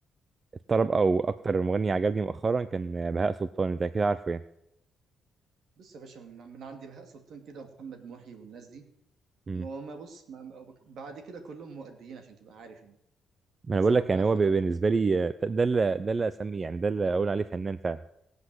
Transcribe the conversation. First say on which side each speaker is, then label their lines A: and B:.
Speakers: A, on the right; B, on the right.
A: الطرب أو أكتر مغني عجبني مؤخرا كان آه، بهاء سلطان أنت أكيد عارفه يعني
B: بص يا باشا من, من عند بهاء سلطان كده ومحمد محي والناس دي
A: مم.
B: وما بص ما ما- بعد كده كلهم مؤديين عشان تبقى عارف يعني
A: ما أنا
B: سواء
A: بقول لك
B: بقى
A: يعني هو
B: حماقي
A: ب- بالنسبة لي آه، ده ده اللي ده اللي أسميه يعني ده اللي أقول عليه فنان فعلا